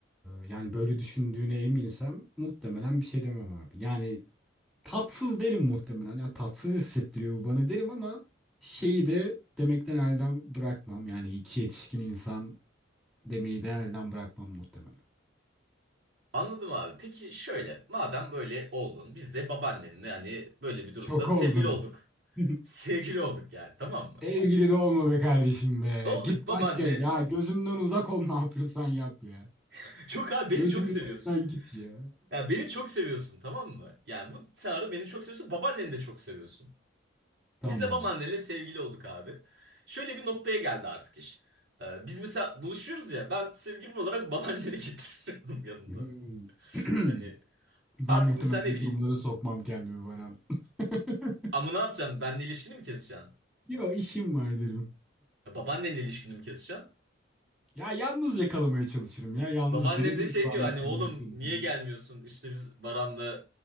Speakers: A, in the centre; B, on the right (about 60°).
A: yani böyle düşündüğüne eminsem muhtemelen bir şey demem abi. Yani tatsız derim muhtemelen. Yani tatsız hissettiriyor bu bana derim ama şeyi de demekten elden bırakmam. Yani iki yetişkin insan demeyi de elden bırakmam muhtemelen.
B: Anladım abi. Peki şöyle, madem böyle oldun, biz de babaannenle hani böyle bir durumda
A: Çok
B: sevgili
A: olgun.
B: olduk. <laughs>
A: <laughs>
B: Sevgili olduk yani, tamam mı?
A: Sevgili de olma be kardeşim be.
B: Olduk
A: Git
B: babaanne.
A: başka. Ya gözümden uzak ol ne yapıyorsan yap ya.
B: <laughs> Yok abi
A: Gözümün
B: beni çok seviyorsun.
A: önünden git ya.
B: Ya beni çok seviyorsun, tamam mı? Yani bu senaryo beni çok seviyorsun, babaanneni de çok seviyorsun.
A: Tamam.
B: Biz de babaannenle sevgili olduk abi. Şöyle bir noktaya geldi artık iş. Ee, biz mesela buluşuyoruz ya, ben sevgilim olarak babaanneni <laughs> getiriyorum yanımda.
A: Hmm. <clears throat>
B: Hani
A: Ben
B: artık
A: muhtemelen
B: mesela ne
A: bu
B: bileyim,
A: durumlara sokmam kendimi Baran. <laughs>
B: ama ne yapacağım, benle ilişkini mi keseceksin?
A: Yo işim var derim.
B: Ya Babaannenle ilişkini mi keseceksin?
A: Ya yalnız yakalamaya çalışırım ya. Yalnız
B: Babaannen
A: birebir
B: de şey
A: devam
B: diyor hani
A: ettirmeye
B: oğlum
A: çalışırım.
B: niye gelmiyorsun? İşte biz Baran'la